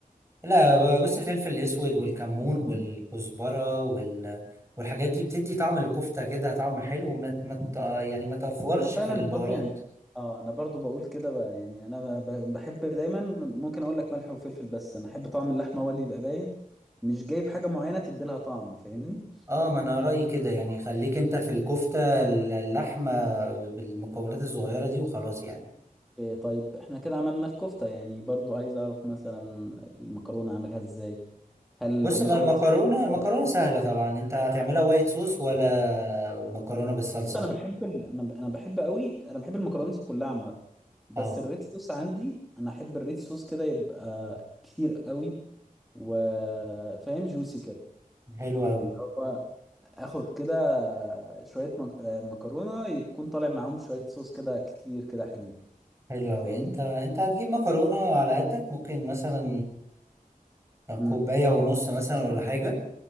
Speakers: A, on the right; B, in the centre.
A: لا بص الفلفل الاسود والكمون والكزبرة وال... والحاجات دي بتدي طعم الكفتة كده طعم حلو وما ما ت- يعني ما تفورش
B: أنا فعلا
A: في البهارات
B: برضو يعني اه أنا برضو بقول كده بقى يعني أنا ب- ب- بحب دايما ممكن أقول لك ملح وفلفل بس أنا أحب طعم اللحمة هو اللي يبقى باين مش جايب حاجة معينة تدي لها طعم فاهمني؟
A: اه ما انا رأيي كده يعني خليك انت في الكفتة اللحمة بالمكونات الصغيرة دي وخلاص يعني
B: إيه طيب احنا كده عملنا الكفتة يعني برضو عايز اعرف مثلا المكرونة اعملها ازاي هل
A: بص
B: اعملها
A: بقى المكرونة
B: وايت صوص؟ لو-
A: المكرونة سهلة طبعا انت هتعملها وايت صوص ولا مكرونة بالصلصة
B: بص انا بحب ال... انا ب... انا بحب قوي انا بحب المكرونات كلها عامة بس
A: اه
B: الريد صوص عندي انا احب الريد صوص كده يبقى كتير قوي وفاهم جوسي كده
A: حلوة أوي
B: اللي هو اخد كده شوية مك... آه، مكرونة يكون طالع معاهم شوية صوص كده كتير كده حلو
A: حلو أوي
B: فاهمني
A: انت انت هتجيب مكرونة على قدك ممكن مثلا آه،
B: امم
A: كوباية ونص مثلا ولا حاجة